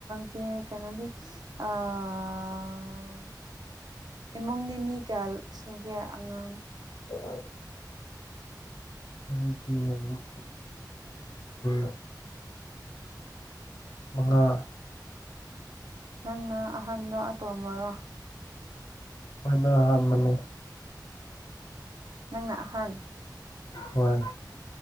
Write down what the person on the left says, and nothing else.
<unintelligible> ꯑꯩꯒꯤ ꯑꯃ <unintelligible> ꯃꯉꯥ
ꯑꯩꯈꯣꯏꯅ ꯑꯍꯥꯟꯕꯅꯦ
ꯍꯣꯏ